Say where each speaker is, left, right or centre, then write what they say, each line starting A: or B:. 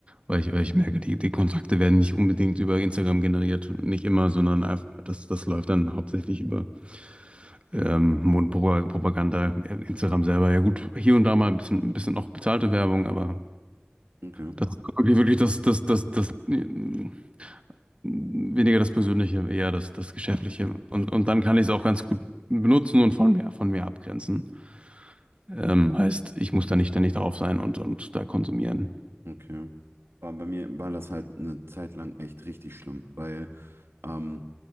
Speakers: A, on the right; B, on the right.
A: weil ich, weil ich merke, die, die Kontakte werden nicht unbedingt über Instagram generiert, nicht immer, sondern einfach, das, das läuft dann hauptsächlich über ähm, Mundpropaganda, Instagram selber. Ja gut, hier und da mal ein bisschen, ein bisschen auch bezahlte Werbung, aber
B: Okay,
A: Das ist wirklich, wirklich das, das, das, das, äh, weniger das Persönliche, eher das, das Geschäftliche. Und, und dann kann ich es auch ganz gut benutzen und von mir, von mir abgrenzen. Ähm, heißt, ich muss da nicht ständig drauf sein und, und da konsumieren.
B: okay. War bei mir war das halt eine Zeit lang echt richtig schlimm, weil ähm,